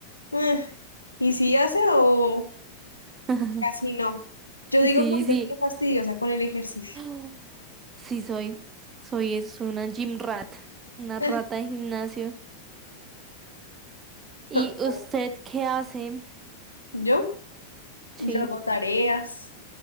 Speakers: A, on the left (about 80°); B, on the right (about 25°).
A: Ah, ¿Y si hace o
B: <laughs>
A: casi no? Yo digo
B: Sí,
A: que usted
B: sí.
A: es bien fastidiosa con el ejercicio.
B: Ah, Sí, soy. Soy es una gym rat, una
A: Ah,
B: rata de gimnasio. ¿Y
A: <laughs>
B: usted qué hace?
A: ¿Yo?
B: Sí,
A: Yo hago tareas,